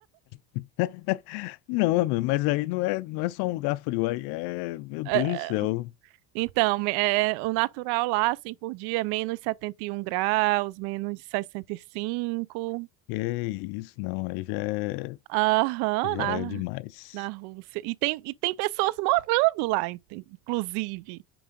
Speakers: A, on the left (about 75°); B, on the right (about 80°).
A: <laughs> Não, meu, mas aí não é, não é só um lugar frio, aí é, meu
B: <laughs>
A: Deus do céu,
B: Então, é, o natural lá, assim, por dia é menos 71 graus, menos 65.
A: que é isso, não, aí já é,
B: Aham,
A: já
B: na,
A: é demais.
B: na Rússia. E tem, e tem pessoas morando lá, in- inclusive.